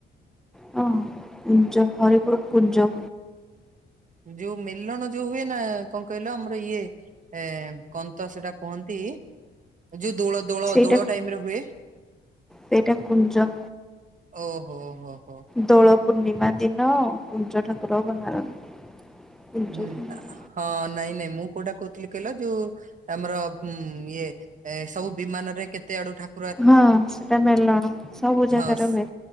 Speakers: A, in the centre; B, on the right (about 40°).
A: ହଁ। କୁଞ୍ଜ ହରିପୁର୍ କୁଞ୍ଜ
B: ଯୋଉ ମେଲଣ ଯୋଉ ହୁଏ ନା, କଣ କହିଲ ଆମର ଇଏ ଏ କନ୍ତା ସେଟା କୁହନ୍ତି, ଯୋଉ ଦୋଳ-ଦୋଳ-ଦୋଳ
A: ସେଇଟା
B: ଟାଇମି ରେ ହୁଏ।
A: ସେଇଟା କୁଞ୍ଜ।
B: ଓହୋ-ହୋ-ହୋ!
A: ଦୋଳ ପୂର୍ଣ୍ଣିମା ଦିନ କୁଞ୍ଜ ଠାକୁର ବାହାରନ୍ତି। କୁଞ୍ଜ
B: ହୁଁ!
A: କୁହନ୍ତି।
B: ହଁ, ନାଇଁ-ନାଇଁ, ମୁଁ କୋଉଟା କହୁଥିଲି କହିଲ ଯୋଉ ଆମର ଇଏ ଏ ସବୁ ବିମାନରେ କେତେ ଆଡୁ ଠାକୁ
A: ହଁ! ସେଟା ମେଲଣ, ସବୁ ଜାଗାରେ
B: ହଁ
A: ହୁଏ,